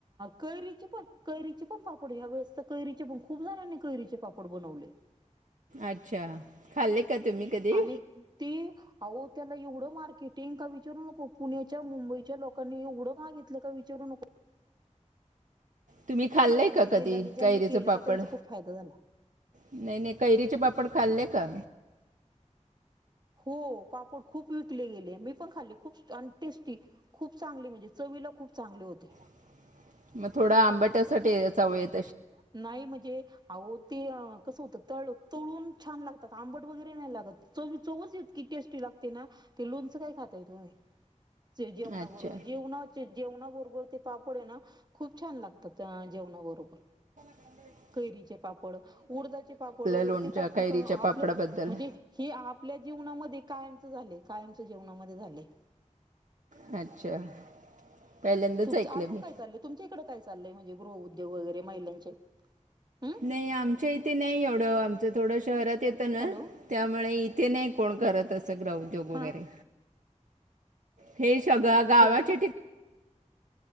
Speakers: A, on the right; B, on the right.
A: कैरीचे पण कैरीचे पण पापड ह्यावेळीस तर कैरीचे पण खुपजनानी कैरीचे पापड बनवले.
B: अच्छा खाल्ले. का तुम्ही कधी
A: आणि ती अहो त्याला एवढं मार्केटिंग का विचारू नको पुण्याच्या मुंबईच्या लोकांनी एवढं मागितलं का विचारू नको.
B: तुम्ही खाल्लय
A: फायदा झाला
B: का
A: त्या
B: कधी
A: महिलांनी ज्यांनी
B: कैरीच
A: केलं
B: पापड.
A: ना त्यांचा खूप फायदा झाला
B: नाही नाही कैरीचे पापड.. खाल्ले का?
A: हो पापड खूप विकले गेले मी पण खाल्ली खूप अनटेस्टी खूप चांगली म्हणजे चवी खूप चांगले होते.
B: रिकामा ऑडिओ मग थोडा आंबट्यासाठी <unintelligible>
A: नाही म्हणजे आहो ते... कसं होतं तळ तळून छान लागतात आंबट वगैरे नाही लागत चवी चवच इतकी टेस्टी लागते ना. ते लोणचं काय खाताय तुम्ही? जेवणा
B: अच्छा
A: बरोबर जेवणा जेवणा बरोबर ते पापड आहे ना... खूप छान लागतात जेवणाबरोबर.
B: रिकामा ऑडिओ
A: कैरीचे पापड उडदाचे पापड वगैरे
B: लोणच्या
A: ते तर आपण
B: कैरीच्या पापडाबद्दल
A: आपलं म्हणजे हे आपल्या जे जेवणामध्ये कायमच झाले कायमच जेवणामध्ये झाले.
B: अच्छा पहिल्यांदाच
A: तुम
B: ऐकलं
A: अजून
B: मी
A: काय चालय तुमच्या इकडे काय चालय म्हणजे गृह उद्योग वगैरे महिलांचे? हम्म
B: नाही आमच्या इथे नाही एवढं आमचं थोडं शहरात येतं ना
A: हॅलो
B: त्यामुळे इथे नाही कोण करत असं ग्रहद्योग वगैरे.
A: हा
B: हे सगळं गावाचे
A: हो ना
B: ठिका